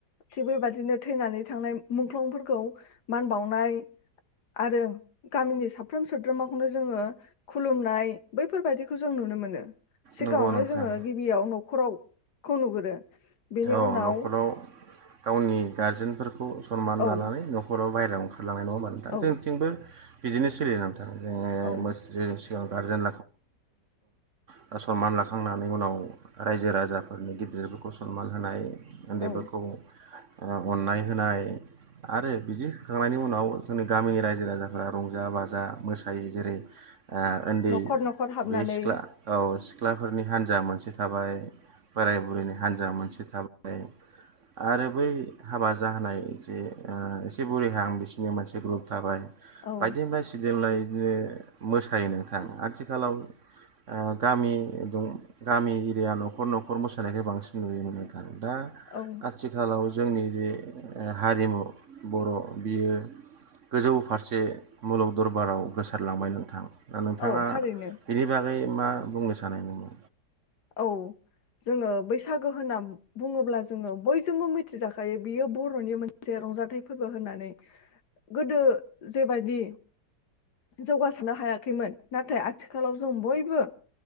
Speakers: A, on the left; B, on the right.
A: थिग बेबादिनो थैनानै थांनाय मु-मुंख्लंफोरखौ मान बाउनाय आरो गामिनि साफ्रोम सोद्रोमाखौनो जोङो खुलुमनाय बैफोरबादिखौ जों नुनो मोनो। सिगाङावनो
B: नंगौ नोंथां
A: जोङो गिबियाव न खराव खौ नुगोरो बेनि
B: औ
A: उनाव
B: न'खराव गावनि गारजेनफोरखौ स सनमान लानानै
A: औ
B: न'खर ख'राव बायेराव ओंखार लांनाय नङा होनबा नोंथां?
A: औ
B: जोंनिथिंबो बिदिनो सोलि ओं थां जोङो
A: औ
B: मोस्रिजों सु गारजेन <unintelligible> सनमान लाखांनानै उनाव रायजो राजाफोरनि गिदिरफोरखौ स सनमान होनाय उन्दैफोरखौ
A: औ
B: ओ अननाय होनाय आरो बिदि होखांनायनि उनाव जोंनि गामिनि रायजो राजाफोरा रंजा बाजा मोसायो जेरै आ उन्दै
A: न'खर न'खर हाबनानै
B: बे सिख्ला औ सिख्लाफोरनि हान्जा मोनसे था हाबाय बोराइ बुरैनो हान्जा मोनसे थाबाय आरो बै हाबा जाहानाय जे ओ एसे बुरिहां बिसोरनि मोनसे ग्रुप थाबाय।
A: औ
B: बायदेमलाय सिदेमलाय जे मोसायो नोंथां आथिखालाव ओ गामि दं गामि इरिया न'खर न'खर मोसानायखो बांसिन <unintelligible> दा
A: औ
B: आथिखालाव जोंनि जे ओ हारिमु बर' बियो गोजौ फारसे मुलुग दरबाराव गोसारलांबाय नोंथां। दा नोंथाङा
A: औ थारैनो
B: बेनि बाग ओमफ्राय मा बुंनो सानो नोङो?
A: औ जोङो बैसागो होनना बुङोब्ला जोङो बयजोंबो मिथिजाखायो बियो बर'नि मोनसे रंजाथाइ फोरबो होननानै। गोदो जेबायदि जौगासारनो हायाखैमोन नाथाय आथिखालाव जों बयबो